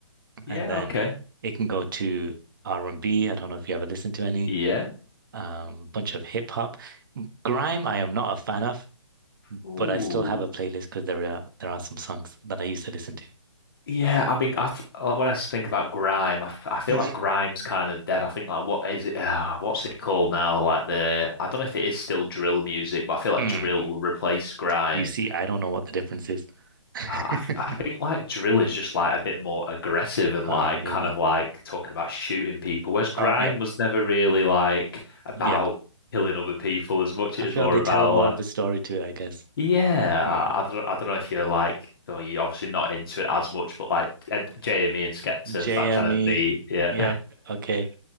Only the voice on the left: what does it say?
Yeah,
okay.
Yeah.
Ooh.
Yeah, I mean, I th uh, when I think about grime, I, f- I feel
like grime's
kind of dead. I think like what is it? Uh, what's it called now? Like the I don't know if it is still drill music, but I feel like
drill replaced grime.
Uh, I f- I think like drill is just like a bit more aggressive and
like
kind of like talking about shooting people, whereas grime
was never really like about
killing other people as much.
It was
more
about
like.
Yeah,
I, I don't, I don't know if you're like, well, you're obviously not into it as much, but like Ed, Jamie and Skepta
is that kind of the yeah.